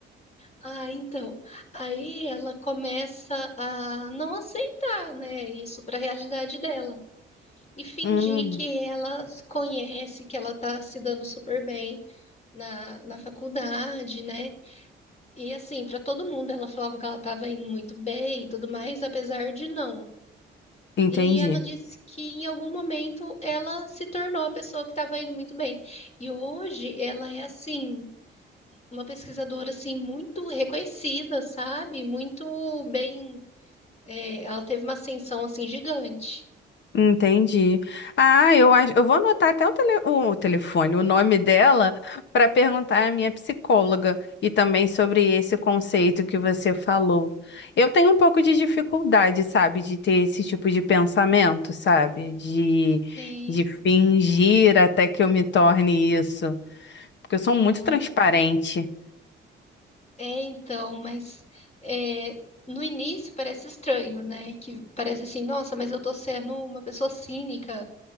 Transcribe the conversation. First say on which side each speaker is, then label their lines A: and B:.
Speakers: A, on the left; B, on the left.
A: Ah, então. Aí ela começa a não aceitar, né, isso para a realidade dela e fingir
B: Hum,
A: que ela conhece, que ela tá se dando super bem na, na faculdade, né? E assim, para todo mundo ela falava que ela estava indo muito bem e tudo mais, apesar de não.
B: entendi.
A: E ela disse que em algum momento ela se tornou a pessoa que estava indo muito bem. E hoje ela é assim uma pesquisadora assim muito reconhecida, sabe? Muito bem, é, ela teve uma ascensão assim gigante.
B: Entendi. Ah, eu acho, eu vou anotar até o, tele, o telefone, o nome dela, para perguntar à minha psicóloga e também sobre esse conceito que você falou. Eu tenho um pouco de dificuldade, sabe, de ter esse tipo de pensamento, sabe, de,
A: Sim,
B: de fingir até que eu me torne isso, porque eu sou
A: aham.
B: muito transparente.
A: É, então, mas é, no início parece estranho, né? Que parece assim, nossa, mas eu tô sendo uma pessoa cínica